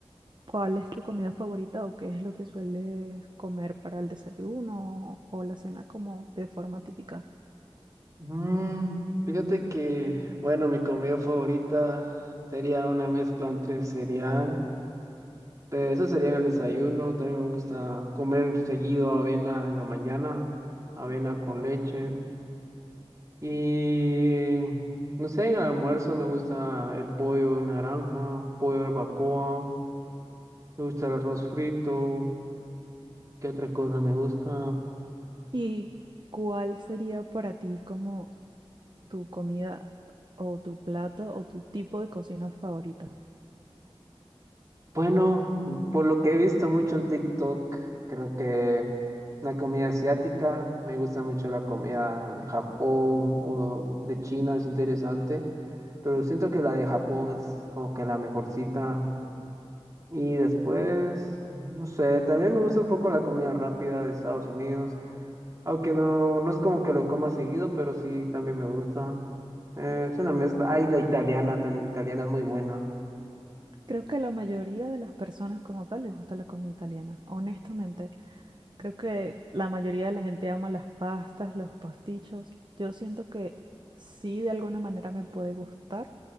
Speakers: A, on the right; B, on the right.
A: ¿Cuál es tu comida favorita o qué es lo que sueles comer para el desayuno o, o la cena como de forma típica?
B: Mm, fíjate que, bueno, mi comida favorita sería una mezcla entre cereal, pero eso sería en el desayuno. También me gusta comer seguido avena en la mañana, avena con leche. Y no sé, en el almuerzo me gusta el pollo en naranja, pollo barbacoa, me gusta el arroz frito. ¿Qué otra cosa me gusta?
A: ¿Y cuál sería para ti como tu comida o tu plato o tu tipo de cocina favorita?
B: Bueno, por lo que he visto mucho en TikTok, creo que la comida asiática, me gusta mucho la comida de Japón o de China, es interesante, pero siento que la de Japón es como que la mejorcita. Y después, no sé, también me gusta un poco la comida rápida de Estados Unidos, aunque no, no es como que lo coma seguido, pero sí también me gusta. Eh, es una mezcla. Ay, la italiana también, la italiana es muy buena.
A: Creo que a la mayoría de las personas como tal les gusta la comida italiana, honestamente. Creo que la mayoría de la gente ama las pastas, los pastichos. Yo siento que sí, de alguna manera me puede gustar,